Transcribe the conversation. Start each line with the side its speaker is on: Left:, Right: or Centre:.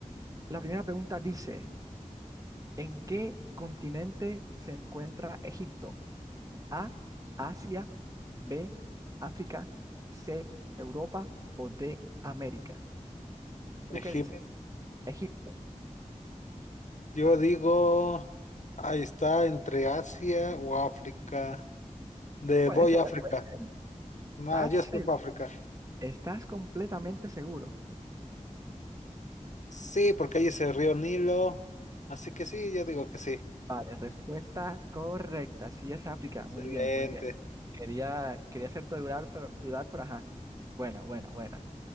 Right: la primera pregunta dice, ¿en qué continente se encuentra Egipto? A, Asia, B, África, C, Europa o D, América. ¿Tú
Left: Egipto.
Right: qué dices? Egipto.
Left: Yo digo, ahí está, entre Asia o África. De
Right: Puede
Left: voy
Right: ser,
Left: a África.
Right: puede ser.
Left: No,
Right: ¿Estás
Left: yo
Right: seguro?
Left: escojo África.
Right: ¿Estás completamente seguro?
Left: Sí, porque ahí es el río Nilo. Así que sí, yo digo que sí.
Right: Vale, respuesta correcta. Sí, es África.
Left: Excelente.
Right: Muy bien, muy bien. Quería, quería hacerte dudar, pero, dudar, pero ajá. Buena, buena, buena.